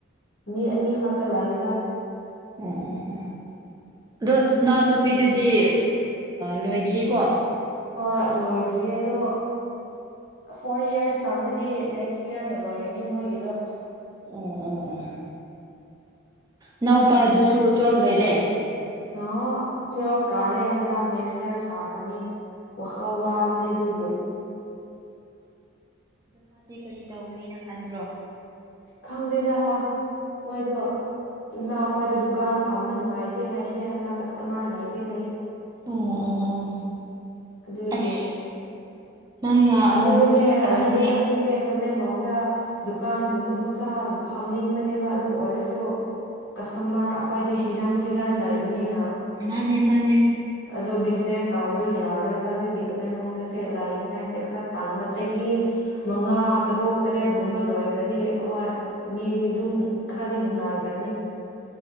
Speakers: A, on the left (about 55°); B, on the right (about 20°).
A: ꯃꯤ ꯑꯅꯤ ꯈꯛꯇ ꯂꯥꯛꯑꯦꯗ
B: ꯑꯣ ꯑꯣ ꯑꯣ ꯑꯗꯣ ꯅꯍꯎ ꯅꯨꯄꯤꯗꯨꯗꯤ ꯂꯣꯏꯗ꯭ꯔꯤꯀꯣ
A: ꯍꯣꯏ ꯂꯣꯏꯗ꯭ꯔꯤꯌꯦ ꯑꯗꯣ ꯐꯣꯔ ꯌꯔꯁ ꯇꯥꯝꯅꯗꯤ ꯅꯦꯛꯁ ꯌꯔꯅ ꯂꯣꯏꯅꯤ ꯃꯣꯏꯒꯤꯗꯣ
B: ꯑꯣ ꯑꯣ ꯑꯣ ꯏꯅꯥꯎꯄꯥ ꯑꯗꯨꯁꯨ ꯇ꯭ꯋꯦꯜꯐ ꯂꯣꯏꯔꯦ
A: ꯑ ꯇꯨꯋꯦꯜꯐ ꯀꯥꯔꯦ ꯍꯟꯗꯛ ꯅꯦꯛꯁ ꯏꯌꯥꯔ ꯊꯥꯈ꯭ꯔꯅꯤ ꯋꯥꯈ ꯋꯥꯕꯅꯦ ꯑꯗꯨꯒꯤ
B: ꯑꯗꯨ ꯃꯥꯗꯤ ꯀꯔꯤ ꯇꯧꯒꯅꯤꯅ ꯈꯟꯕ꯭ꯔꯣ
A: ꯈꯪꯗꯦꯗ ꯃꯣꯏꯗꯣ ꯏꯃꯥ ꯍꯣꯏꯗ ꯗꯨꯀꯥꯟ ꯐꯝꯕ ꯅꯨꯡꯉꯥꯏꯇꯦ ꯍꯥꯏꯌꯦꯅꯦ ꯍꯟꯗꯛ ꯀꯁꯇꯃꯔ ꯂꯩꯇꯦ ꯍꯥꯏꯌꯦ
B: ꯑꯣ ꯑꯣ ꯑꯣ
A: ꯑꯗꯨꯒꯤ
B: ꯑꯁ ꯅꯪꯅ ꯑꯃꯨꯛ
A: ꯑꯗꯨꯅꯦ
B: ꯇꯧꯅꯤ
A: ꯑꯩꯁꯨꯨꯅꯦ ꯇꯃꯦꯡꯂꯣꯡꯗ ꯗꯨꯀꯥꯟꯒꯨꯝꯕ ꯃꯆꯥ ꯐꯝꯅꯤꯡꯕꯅꯦꯕ ꯑꯗꯨ ꯑꯣꯏꯔꯁꯨ ꯀꯁꯇꯃꯔ ꯑꯩꯈꯣꯏꯗꯤ ꯁꯤꯖꯟ ꯁꯤꯖꯟ ꯂꯩꯕꯅꯤꯅ
B: ꯃꯥꯅꯦ ꯃꯥꯅꯦ
A: ꯑꯗꯣ ꯕꯤꯖꯤꯅꯦꯁ ꯇꯧꯕꯗꯣ ꯌꯥꯔꯣꯏꯕ ꯑꯗꯨꯒꯤ ꯇꯃꯦꯡꯂꯣꯡꯗꯁꯦ ꯂꯥꯏꯅꯤꯡꯉꯥꯏ ꯁꯦ ꯈꯔ ꯇꯥꯟꯕ ꯆꯍꯤ ꯃꯉꯥ ꯇꯔꯨꯛ ꯇꯔꯦꯠꯒꯨꯝꯕ ꯂꯣꯏꯈ꯭ꯔꯗꯤ ꯑꯩꯈꯣꯏ ꯃꯤꯗꯤ ꯑꯗꯨꯝ ꯈꯔꯗꯤ ꯅꯨꯡꯉꯥꯏꯈ꯭ꯔꯅꯤ